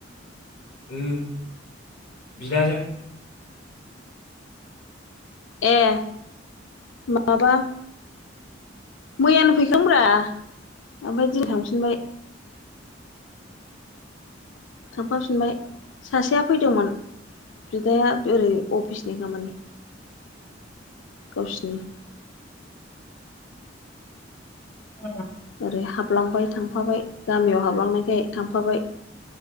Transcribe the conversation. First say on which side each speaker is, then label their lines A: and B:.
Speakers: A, on the left; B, on the left.
A: उम बिदाजों
B: ए माबा मैयानो फैखांब्रा ओमफाय दिनि थांफिनबाय। थांफाफिनबाय सासेया फैदोंमोन बिदाया ओरै अफिसनि खामानि गावसिनि
A: अ
B: ओरै हाबलांबाय थांफाबाय गामियाव हाबलांनायखाय थांफाबाय